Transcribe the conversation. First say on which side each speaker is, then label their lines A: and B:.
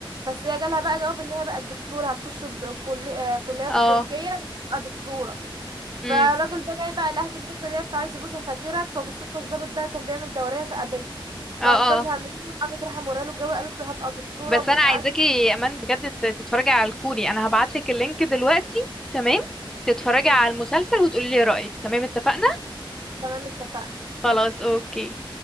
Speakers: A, on the right; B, in the centre.
A: بس هي جالها بقى جواب ان هي بقت دكتوره هتخش الد- كل- آه، كليه
B: اه
A: في تركيا وتبقى دكتوره
B: مم.
A: فالراجل ده جاي بقى لها في الحته ديت فعايز يبوسها فجرت فبالصدفه الضابط ده كان بيعمل دوريه فقابلها
B: اه
A: فانقذها
B: اه
A: منه قامت راح موريله الجواب قالت له هبقى دكتوره
B: بس
A: ومش
B: انا عايزاكي
A: عارفه
B: يا امان بجد ت- تتفرجي على الكوري انا هبعتلك اللينك دلوقتي تمام تتفرجي
A: مم،
B: على المسلسل وتقولي لي رأيك تمام اتفقنا
A: تمام اتفقنا
B: خلاص اوكي